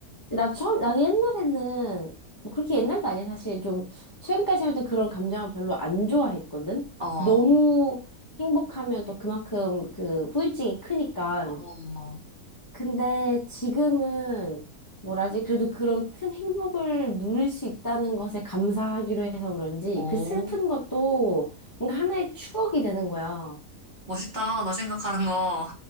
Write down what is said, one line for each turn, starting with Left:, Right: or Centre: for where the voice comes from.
Left: 근데 나 처음, 나도 옛날에는 뭐 그렇게 옛날도 아니야 사실 좀 최근까지만 해도 그런 감정을 별로 안 좋아했거든.
Right: 어,
Left: 너무 행복하면 또 그만큼 그 후유증이 크니까.
Right: 어,
Left: 근데 지금은 뭐라지? 그래도 그런 큰 행복을 누릴 수 있다는 것에 감사하기로 해서 그런지
Right: 오,
Left: 그 슬픈 것도 뭔가 하나의 추억이 되는 거야.
Right: 멋있다. 너 생각하는 거.